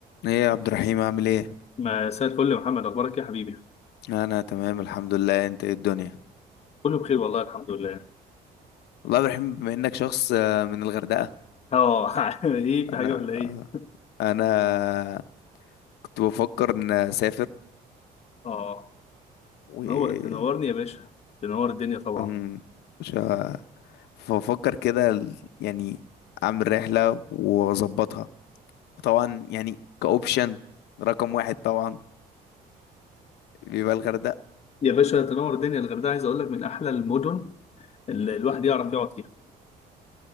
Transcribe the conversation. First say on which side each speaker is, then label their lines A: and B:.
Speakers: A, on the left; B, on the left.
A: ايه يا عبد الرحيم عامل ايه
B: مساء الفل يا محمد اخبارك إيه يا حبيبي
A: انا تمام الحمد لله انت ايه الدنيا
B: كله بخير والله الحمد لله
A: والله يا عبد الرحيم بما انك شخص آه، من الغردقة
B: اه <laughs> ايه في
A: انا
B: حاجه ولا ايه
A: آه، انا كنت بفكر ان اسافر
B: اه
A: و
B: نور تنورني يا باشا تنور الدنيا طبعا
A: أم، مش ه- فبفكر كده ال- يعني اعمل رحلة واظبطها طبعا يعني كاوبشن رقم واحد طبعا بيبقى الغردقة
B: يا باشا تنور الدنيا الغردقه عايز اقول لك من احلى المدن اللي الواحد يعرف يقعد فيها